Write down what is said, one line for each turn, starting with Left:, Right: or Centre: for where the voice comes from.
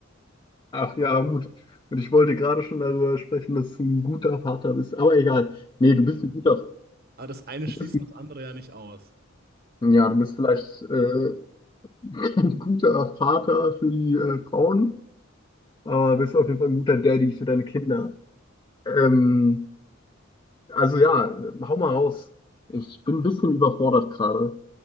Left: Ach ja, gut. Und ich wollte gerade schon darüber sprechen, dass du ein guter Vater bist. Aber egal. Nee, du bist ein guter,
Right: Aber das eine
Left: du
Right: schließt
Left: bist
Right: das andere ja nicht aus.
Left: ein, ja, du bist vielleicht äh, <laughs> ein guter Vater für die äh, Frauen, aber bist auf jeden Fall ein guter Daddy für deine Kinder. Ähm, Also ja, hau mal raus. Ich bin ein bisschen überfordert gerade